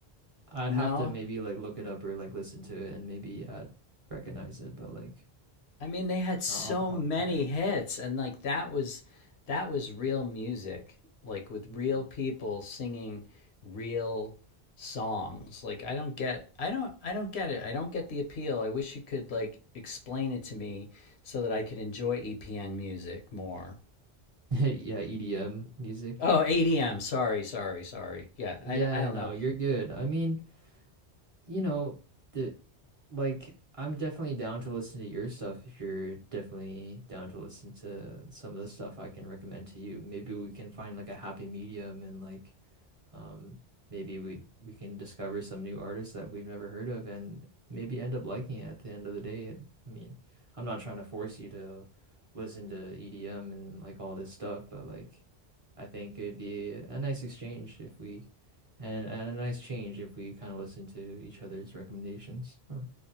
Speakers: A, on the right; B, on the left.
A: I'd
B: No.
A: have to maybe like look it up or like listen to it and maybe I'd recognize it, but like
B: I mean, they had so
A: not off the top
B: many
A: of my head.
B: hits, and like that was that was real music, like with real
A: Mm.
B: people singing real songs. Like I don't get, I don't, I don't get it. I don't get the appeal. I wish you could like explain it to me so that I could enjoy EPN music more.
A: <laughs> Yeah, EDM music.
B: Oh, ADM. Sorry, sorry, sorry. Yeah,
A: Yeah,
B: I I d- I don't
A: no,
B: know.
A: you're good. I mean, you know, the like I'm definitely down to listen to your stuff if you're definitely down to listen to some of the stuff I can recommend to you. Maybe we can find like a happy medium and like Um, maybe we we can discover some new artists that we've never heard of and maybe end up liking it at the end of the day. It, I mean, I'm not trying to force you to listen to EDM and like all this stuff, but like I think it'd be a nice exchange if we and, and a nice change if we kind of listen to each other's recommendations. Hmm.